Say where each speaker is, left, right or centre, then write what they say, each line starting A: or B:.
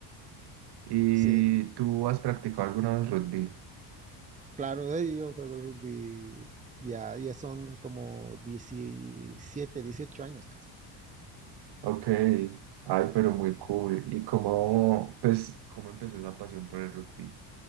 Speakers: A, on the right (about 55°); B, on the right (about 15°).
A: ¿Y
B: Sí,
A: tú has practicado alguna vez rugby?
B: claro, eh, yo juego rugby, ya, ya son como 17, 18 años casi.
A: Ok, ay, pero muy cool. ¿Y cómo, pues, cómo empezó esa pasión por el rugby?